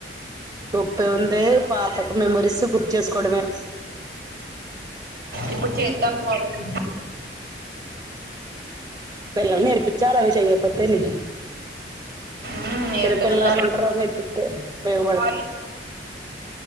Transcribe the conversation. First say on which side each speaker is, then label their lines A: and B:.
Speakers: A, on the right (about 25°); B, on the right (about 60°).
A: తప్పేముందే పాత మెమరీస్ గుర్తు చేసుకోవడమే
B: ఇప్పుడు చేత్తే అంత బాగోదండి
A: ఎల్ ఏరిపించార చెయ మతేేలి
B: మ్మ్ నేర్పిస్తారు
A: చెలిపు ఎలా ఆట ఉంటారుంగ ఇపితే ఉపయోగ బ
B: వాళ్ళు